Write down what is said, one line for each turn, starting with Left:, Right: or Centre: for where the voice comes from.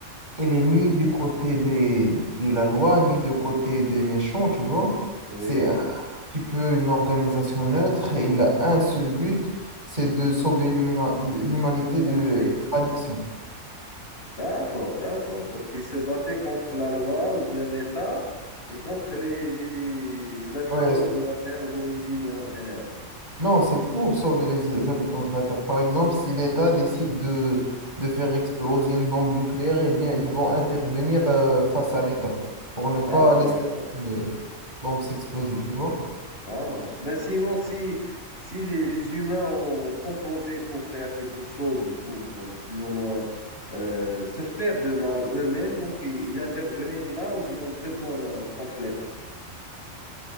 Right: elle est ni du côté des, de la loi, ni du côté des méchants, tu vois.
Left: oui,
Right: C'est petit peu une organisation neutre et il a un seul but, c'est de sauver l'humina- l'humanité
Left: l'humanité.
Right: de l'addiction.
Left: D'accord, d'accord. Donc, ils se battaient contre la loi ou bien l'État et contre les, les habitants
Right: Ouais, c-
Left: de la Terre ou bien les humains en général.
Right: non, c'est pour sauver les habitants de la Terre. Par exemple, si l'État décide de, de faire exploser une bombe nucléaire, eh bien, ils vont intervenir euh,
Left: D'accord,
Right: face à l'État pour ne
Left: d'accord,
Right: pas laisser
Left: d'accord.
Right: cette euh, bombe s'exploser, tu vois?
Left: Ça marche. Ben sinon, si, si les, les humains ont comploté pour faire quelque chose, pour euh, plus ou moins euh, se faire de mal eux-mêmes, donc il, il intervenait là ou bien seulement là, contre l'État.